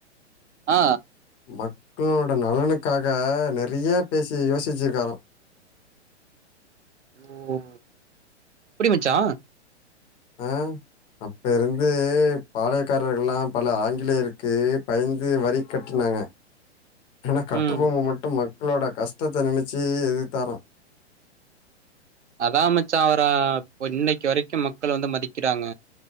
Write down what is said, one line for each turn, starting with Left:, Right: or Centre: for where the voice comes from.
Right: ஆ
Left: மக்களோட நலனுக்காக நெறியா பேசி யோசிச் வச்சிருக்காராம்
Right: ஓ எப்டி மச்சா
Left: ஆ அப்ப இருந்து
Right: ம்,
Left: பாலையக் க்காரர்கள்ல்லா பல ஆங்கிலேயருக்கு பயந்து வரி கட்டுனாங்க. ஏன்னா கட்டபொம்ம
Right: ம்
Left: மட்டு மக்களோட கஷ்டத்த நெனைச்சு எதுத்தாரா
Right: அதான் மச்ச அவர ப்ப இன்னைக்கு வரைக்கு மக்கள் வந்து மதிக்கிறாங்க.